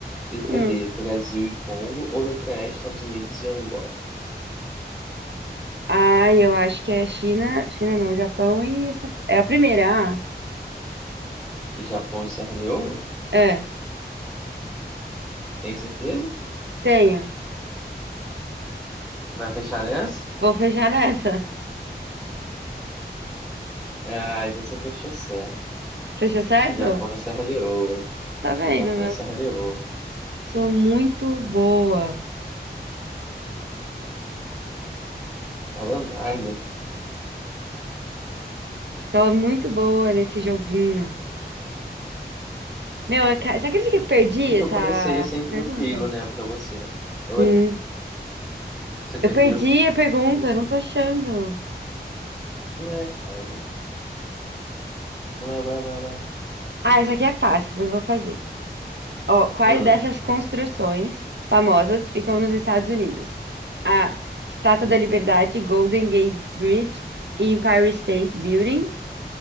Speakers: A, in the centre; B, on the right.
A: Letra
B: hum.
A: D, Brasil e Congo. Ou letra E, Estados Unidos e Angola.
B: Ah, eu acho que é China. China não, Japão e essa. É a primeira. Ah,
A: Japão e Serra Leoa?
B: é.
A: Tem certeza?
B: Tenho.
A: Vai fechar nessa?
B: Vou fechar nessa.
A: Ah, então você fechou certo.
B: Fechou certo?
A: Japão e Serra Leoa.
B: Tá vendo,
A: Japão
B: meu?
A: e Serra Leoa.
B: Sou muito boa.
A: Falou nada.
B: Sou muito boa nesse joguinho. Meu, eu ca- você acredita que eu perdi
A: No que
B: essa
A: eu comecei assim, tranquilo,
B: pergunta?
A: né, pra você. Oi?
B: Hum.
A: Você perdeu?
B: Eu perdi a pergunta, eu não tô achando.
A: Não é, cara. Não é, ué, ué, ué.
B: Ah, essa aqui é fácil, mas eu vou fazer. Ó, quais
A: Hum,
B: dessas construções famosas ficam nos Estados Unidos? A. Estátua
A: hum,
B: da Liberdade, Golden Gate Bridge e Empire State Building.